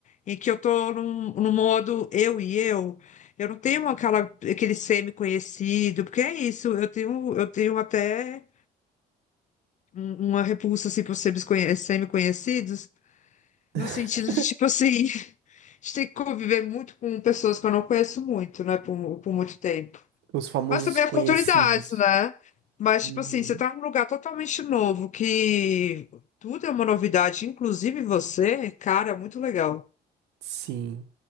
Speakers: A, on the left; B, on the right.
A: Em que eu tô num, num modo eu e eu. Eu não tenho aquela, aquele semi-conhecido, porque é isso. Eu tenho, eu tenho até um- uma repulsa assim, por semi-conhe- semi-conhecidos,
B: <laughs>
A: no sentido de, tipo assim, <laughs> a gente tem que conviver muito com pessoas que eu não conheço muito, né, por, por muito tempo.
B: Os famosos
A: Mas também
B: conhecidos.
A: oportunidades, né? Mas,
B: Uhum.
A: tipo assim, você tá num lugar totalmente novo, que tudo é uma novidade, inclusive você, cara, é muito legal.
B: Sim.